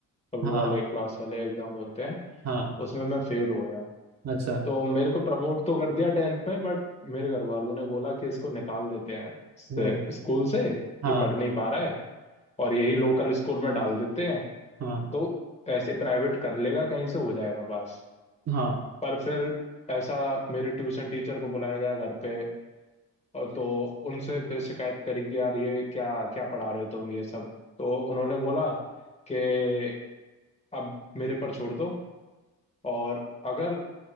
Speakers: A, on the left; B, on the right.
A: वो
B: हाँ
A: वाले
B: हाँ
A: क्लास वाले एग्जाम होते हैं
B: हाँ
A: उसमें मैं फेल हो गया
B: अच्छा
A: तो मेरे को प्रमोट तो कर दिया टेंथ में बट मेरे घर वालों ने बोला कि इसको निकाल देते हैं इससे-
B: हाँ
A: स्कूल से
B: हाँ
A: ये पढ़ नहीं पा रहा है और यही लोकल स्कूल में डाल देते हैं
B: हाँ
A: तो ऐसे प्राइवेट कर लेगा कहीं से हो जाएगा पास
B: हाँ
A: पर फिर ऐसा मेरे ट्यूशन टीचर को बुलाया गया घर पे और तो उनसे फिर शिकायत करी कि यार ये क्या क्या पढ़ा रहे हो तुम ये सब तो उन्होंने बोला कि अब मेरे पर छोड़ दो और अगर